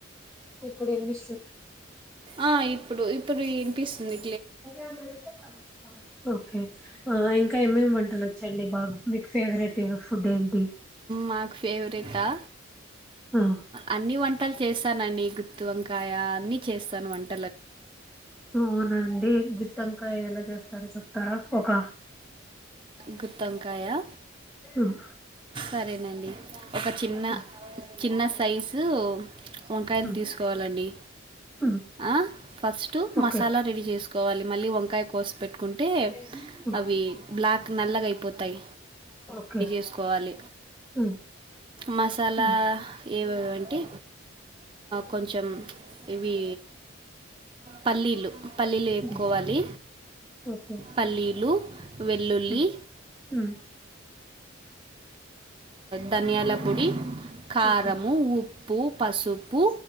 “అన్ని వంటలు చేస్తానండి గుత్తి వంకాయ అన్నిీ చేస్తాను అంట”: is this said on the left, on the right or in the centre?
Right